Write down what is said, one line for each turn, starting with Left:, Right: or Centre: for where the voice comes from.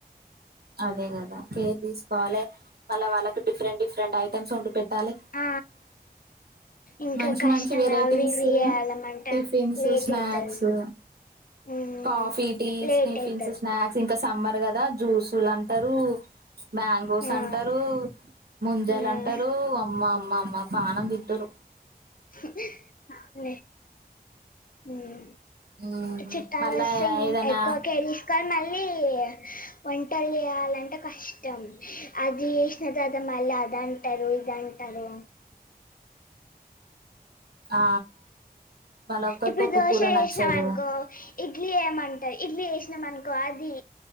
Right: అదే కదా కేర్ తీసుకోవాలి మళ్ళా వాళ్ళకు డిఫరెంట్ డిఫరెంట్ ఐటమ్స్ వండి పెట్టాలి
Left: ఆ ఇంకా
Right: మంచి
Left: కష్టమే
Right: మంచి వెరైటీసు
Left: అవి ఇవి చేయాలమంట
Right: టిఫిన్సు
Left: లేట్
Right: స్నాక్సు
Left: అయితది ఉమ్
Right: కాఫీ టీ
Left: లేట్
Right: స్నిఫిన్స్
Left: అయితది
Right: స్నా క్స్ ఇంకా సమ్మర్ కదా జ్యూసులంటారు మ్యాంగోస్
Left: ఆ
Right: అంటారు ముంజలు
Left: ఉమ్
Right: అంటరు అమ్మా అమ్మా అమ్మా పానం బి ట్టరు
Left: <inaudible> ఉమ్
Right: మ్మ్
Left: చుట్టాలొస్తే
Right: మళ్ళా
Left: ఇంగ్
Right: ఏదైనా
Left: ఎక్కువ కేర్ తీస్ కానీ మళ్ళీ వంటలు చేయాలంటే కష్టం అది తాతం మళ్ళీ అది అంటారు ఇది అంటారు
Right: ఆ వాళ్ళ ఒక్కరికి
Left: ఇప్పుడు
Right: ఒక
Left: దోషె
Right: కూర
Left: చేసినాం
Right: నచ్చదు
Left: అనుకో ఇడ్లీ ఏయమంటా ఇడ్లీ ఏసినాం అనుకో అది